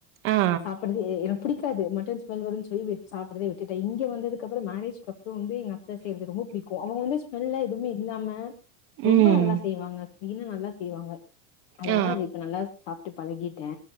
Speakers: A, on the right (about 25°); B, on the left (about 45°).
A: ஆ
B: சாப்புறது எனக்கு புடிக் காது மட்டன் வலுவலுன் சொல்லி சாப்புரதே விட்டுட்டே இங்கே வந்து அதுகப்ரோ மேரேஜ் இப்போ வந்து எங்க அத்த செய்றது ரொம்ப புடிக்கோ அவுங்க வந்து ஸ்மெல்ல எதுமே இல்லாம ரொம்ப
A: ம்
B: நல்லா செய்வாங்க மீனு நல்லா செய்வாங்க அதனால
A: ஆ
B: அது இப்ப நல்லா சாப் ட்டு பழகிடே